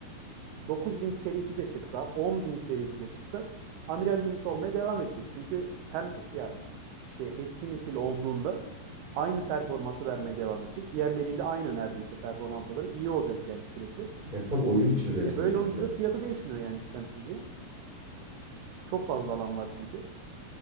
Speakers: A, on the right (about 80°); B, on the right (about 15°).
A: 9000 serisi de çıksa, 10000 serisi de çıksa amiral gemisi olmaya devam edecek. Çünkü hem ya işte eski nesil olduğunda aynı performansı vermeye devam edecek. Diğerleriyle aynı neredeyse performans olarak iyi olacak yani sürekli.
B: Yani tabii oyun için üretildi
A: E böyle
B: çünkü.
A: olunca da fiyatı değişmiyor yani sistem sizce. Çok fazla alan var çünkü.